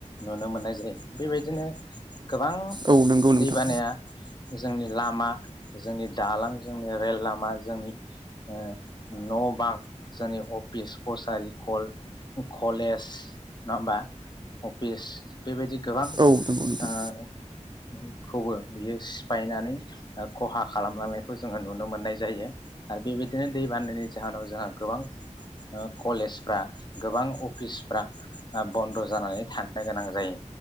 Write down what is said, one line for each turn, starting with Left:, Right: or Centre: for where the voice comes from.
Left: नुनो मोननाय जायो बेबायदिनो गोबां
Right: औ नंगौ नोंथां
Left: दै बानाया जोंनि लामा जोंनि दालां जोंनि रेल लामा जोंनि ओ न' बां जोंनि अ फिस कसारि कल कलेज नङा होमबा अफिस बेबायदि गोबां
Right: औ नंगौ नोंथां
Left: ओ खौबो बियो सिफायनानै खहा खालामलांनायखौ जोङो नुनो मोननाय जायो आरो बेबायदिनो दै बाननायनि जाहोनाव जोंहा गोबां ओ कलेजफ्रा ओ गोबां अफिसफ्रा बन्द' जानानै थानो गोनां जायो